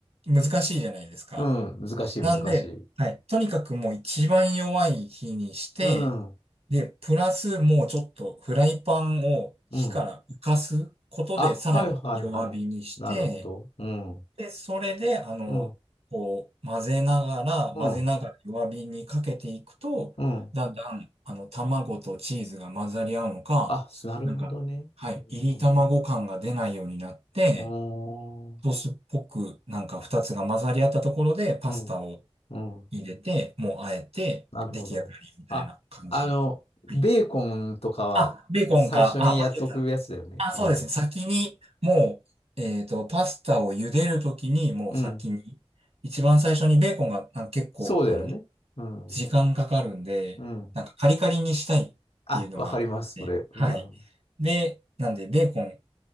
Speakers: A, on the right; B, on the left.
A: 難しいじゃないですか。
B: うん。難しい、
A: なんで、
B: 難しい。
A: はい。とにかくもう一番弱い火にして、
B: うん。
A: で、プラスもうちょっとフライパンを火から浮かすことでさらに弱火にして、
B: うん。あ、はい、はい、はい。なるほど。うん。
A: で、それで、あの、
B: うん。
A: こう、混ぜながら、
B: うん。
A: 混ぜながら弱火にかけていくと、
B: うん。
A: だんだん、あの、卵とチーズが混ざり合うのか、
B: あ、なるほどね。
A: なんか、はい、
B: うん。
A: 炒り卵感が出ないようになって、
B: うん。
A: ソースっぽくなんか二つが混ざり合ったところでパスタを
B: うん。あーうん。うん
A: 入れて、もうあえて出来上がりみたいな感じ。
B: なるほど。あ、あの、ベーコンとかは最初にやっとくやつだよね。
A: はい。あ、ベーコンか。あ、パスタ。あ、
B: うん。
A: そうですね。先にもう、えっと、パスタを茹でるときにもう先に、
B: うん。
A: 一番最初にベーコンがなんか結構、
B: そうだよね。
A: あの、
B: うん。
A: 時間かかるんで、
B: うん。
A: なんかカリカリにしたいっていうのがあって、
B: あ、わかります、それ。
A: はい。
B: うん。うん。
A: で、なんでベーコン